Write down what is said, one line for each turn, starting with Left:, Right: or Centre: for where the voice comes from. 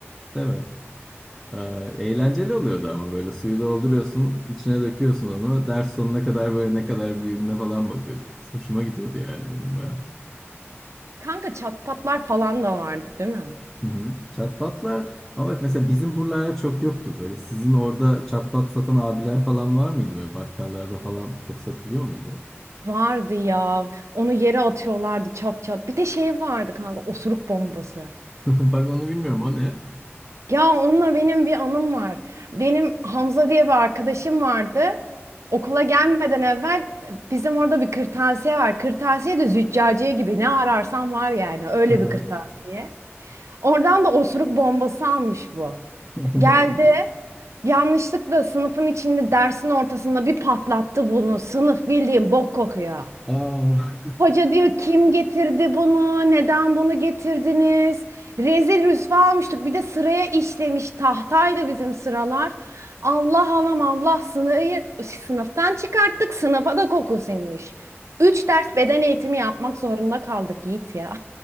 Centre: Değil mi? Ee, eğlenceli oluyordu ama böyle suyu dolduruyorsun, içine döküyorsun onu. Ders sonuna kadar böyle ne kadar büyüdüğüne falan bakıyorduk. Biz. Hoşuma gidiyordu yani benim bayağı.
Right: <laughs> Kanka çatpatlar falan da vardı değil mi?
Centre: Hı hı. Çatbatlar ama bak mesela bizim buralarda çok yoktu böyle. Sizin orada çatbat satan abiler falan var mıydı böyle bakkallarda falan çok satılıyor muydu?
Right: Vardı ya. Onu yere atıyorlardı çat çat. Bir de şey vardı kanka osuruk bombası.
Centre: <laughs> Bak onu bilmiyorum o ne?
Right: Ya onunla benim bir anım var. Benim Hamza diye bir arkadaşım vardı. Okula gelmeden evvel e, bizim orada bir kırtasiye var. Kırtasiye de züccaciye gibi ne ararsan var yani öyle
Centre: Hı hı.
Right: bir kırtasiye. Oradan da osuruk bombası almış bu.
Centre: <laughs> Allah
Right: Geldi.
Centre: Allah.
Right: Yanlışlıkla sınıfın içinde dersin ortasında bir patlattı bunu. Sınıf bildiğin bok kokuyor.
Centre: Aa.
Right: Hoca diyor kim getirdi bunu? Neden bunu getirdiniz? Rezil rüsva almıştık. Bir de sıraya işlemiş tahtaydı bizim sıralar. Allah anam Allah sınıfı sınıftan çıkarttık. Sınıfa da koku sinmiş. Üç ders beden eğitimi yapmak zorunda kaldık Yiğit ya.